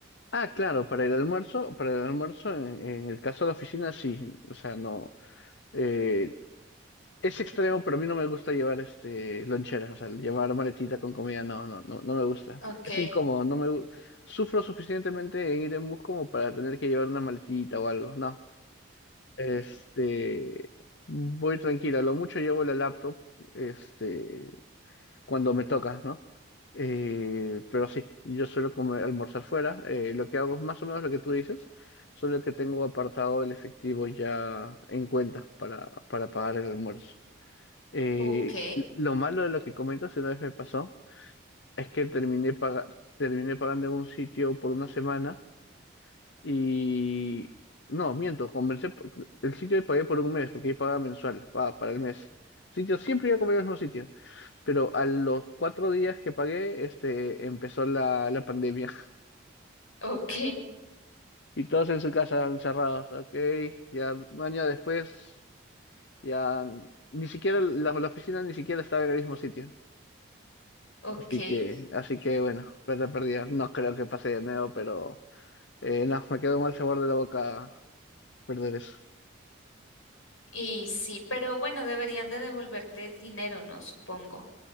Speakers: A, on the left; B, on the left.
A: Ah, claro, para el almuerzo, para el almuerzo en, en el caso de la oficina sí, o sea, no, eh, Es extremo, pero a mí no me gusta llevar este lonchera, o sea, llevar maletita con comida, no, no, no, no me gusta.
B: Ok,
A: Es incómodo, no me gu- sufro suficientemente en ir en bus como para tener que llevar una maletita o algo. No. Este, voy tranquila, lo mucho llevo la laptop, este, cuando me toca, ¿no? Eh, pero sí, yo suelo comer, almorzar fuera. eh, lo que hago es más o menos lo que tú dices, solo que tengo apartado el efectivo ya en cuenta para, para pagar el almuerzo. Eh,
B: ok,
A: lo malo de lo que comentas, una vez me pasó, es que terminé paga- terminé pagando en un sitio por una semana y... No, miento, conversé, po- el sitio que pagué por un mes, porque ahí pagaba mensual, pa- para el mes. Sitio, siempre iba a comer al mismo sitio, pero a los cuatro días que pagué, este, empezó la, la pandemia <laughs>
B: <laughs> ok,
A: y todos en su casa encerrados, ok, ya un año después, ya ni siquiera la, la oficina ni siquiera estaba en el mismo sitio.
B: ok.
A: Así que, así que bueno, plata perdida. No creo que pase de nuevo, pero eh, no, me quedó mal sabor de la boca perder eso.
B: Y sí, pero bueno, deberían de devolverte el dinero, ¿no? Supongo.